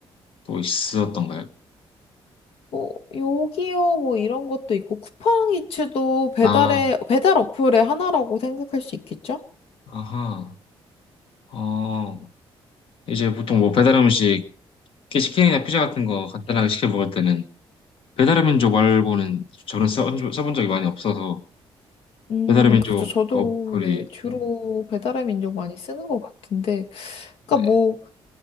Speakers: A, on the left; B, on the left.
A: 또 있었던가요?
B: 뭐 요기요 뭐 이런 것도 있고 쿠팡이츠도 배달의
A: 아,
B: 배달 어플의 하나라고 생각할 수 있겠죠?
A: 아하. 어, 이제 보통 뭐 배달 음식, 시킨이나 피자 같은 거 간단하게 시켜 먹을 때는 배달의 민족 말고는 저는 써, 써본 적이 많이 없어서
B: 음,
A: 배달의 민족
B: 그렇죠. 저도
A: 그 어플이
B: 네 주로
A: 음.
B: 배달의 민족 많이 쓰는 것 같은데, 그러니까
A: 네,
B: 뭐